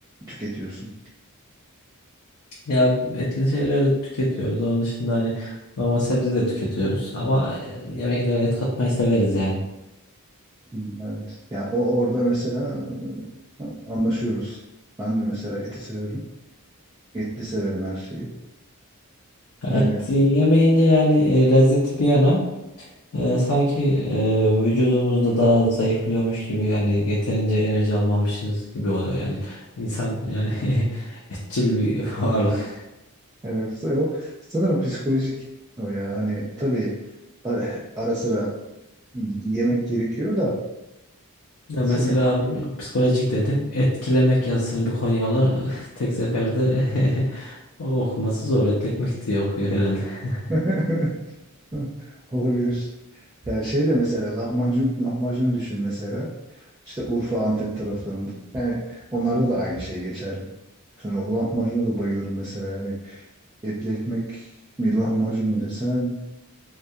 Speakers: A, on the right; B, on the left.
A: tüketiyorsun?
B: Ya etli şeyleri tüketiyoruz. Onun dışında hani normal sebze de tüketiyoruz. Ama e, yemeklere et katmayı severiz yani.
A: Hmm, Evet. Yani o orada mesela e, anlaşıyoruz. Ben de mesela eti severim. Etli severim her şeyi. Yani
B: Et yemeyince yani e, lezzeti bir yana e, sanki e, vücudumuzda daha zayıflıyormuş gibi yani yeterince enerji almamışız gibi oluyor yani. İnsan yani <laughs> etçil bir varlık.
A: evet o sanırım psikolojik o ya. Hani tabii ara, ara sıra yemek gerekiyor da
B: Ya
A: full
B: mesela abi psikolojik dedin. Etkilemek yazısını bir Konyalı <laughs> tek seferde <laughs> okuması zor. Etlekmek diye okuyor herhalde. <laughs>
A: <laughs> olabilir. Yani şey de mesela lahmacun lahmacunu düşün mesela. İşte Urfa, Antep taraflarında. Yani onlarda da aynı şey geçerli. Sonra o lahmacuna da bayılırım mesela. Yani Etli ekmek mi lahmacun mu desen